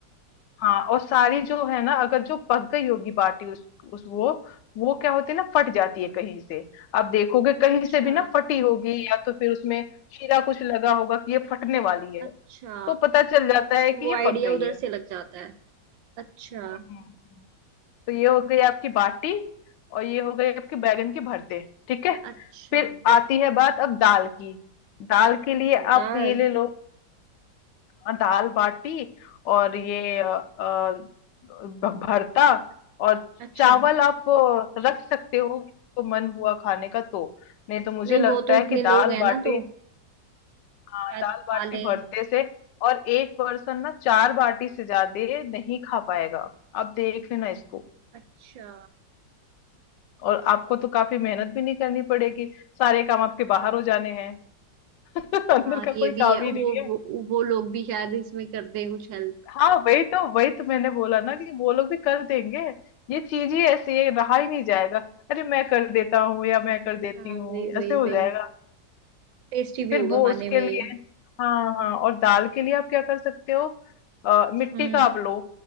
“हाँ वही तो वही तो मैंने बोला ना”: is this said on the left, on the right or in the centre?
Left